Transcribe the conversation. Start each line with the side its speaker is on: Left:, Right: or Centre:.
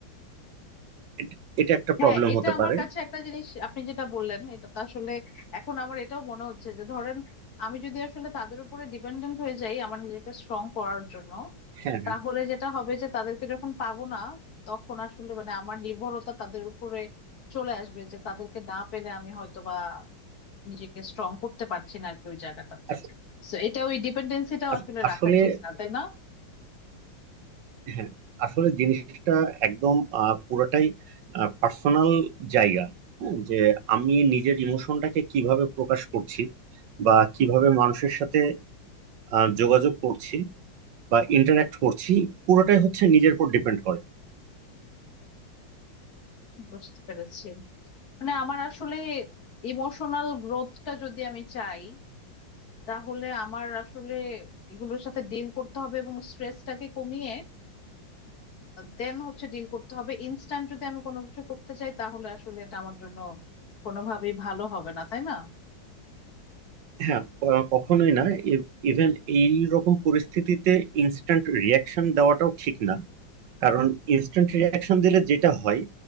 Right: এট- এটা একটা
Left: হ্যাঁ
Right: প্রবলেম
Left: এটা
Right: হতে
Left: আমার
Right: পারে
Left: কাছে একটা জিনিস আপনি যেটা বললেন এটা তো আসলে এখন আমার এটাও মনে হচ্ছে যে ধরেন আমি যদি আসলে তাদের উপরে ডিপেন্ডেন্ট হয়ে যাই আমার নিজেকে স্ট্রং করার জন্য
Right: হ্যাঁ
Left: তাহলে
Right: হ্যাঁ।
Left: যেটা হবে যে তাদেরকে যখন পাবো না তখন আসলে মানে আমার নির্ভরতা তাদের উপরে চলে আসবে যে তাদেরকে না পেলে আমি হয়তো বা নিজেকে স্ট্রং করতে পারছি না আর কি ওই জায়গাটাতে
Right: আস-
Left: তো এটা ওই ডিপেন্ডেন্সিটাও
Right: আস-
Left: আসলে
Right: আসলে
Left: রাখা ঠিক না তাই না
Right: হ্যাঁ আসলে জিনিসটা একদম আহ, পুরোটাই পার্সোনাল জায়গা হ্যাঁ, যে আমি নিজের ইমোশনটাকে কিভাবে প্রকাশ করছি বা কিভাবে মানুষের সাথে আহ, যোগাযোগ করছি বা ইন্টারাক্ট করছি পুরোটাই হচ্ছে নিজের উপর ডিপেন্ড করে
Left: বুঝতে পেরেছি মানে আমার আসলে ইমোশনাল গ্রোথটা যদি আমি চাই তাহলে আমার আসলে এগুলোর সাথে ডিল করতে হবে এবং স্ট্রেসটাকে কমিয়ে দেন হচ্ছে ডিল করতে হবে ইনস্ট্যান্ট যদি আমি কোনো কিছু করতে চাই তাহলে আসলে এটা আমার জন্য কোনোভাবেই ভালো হবে না তাই না
Right: হ্যাঁ আহ, কখনোই না ইভেন এই রকম পরিস্থিতিতে ইনস্ট্যান্ট রিয়াকশন দেওয়াটাও ঠিক না কারণ ইনস্ট্যান্ট রিয়াকশন দিলে যেটা হয়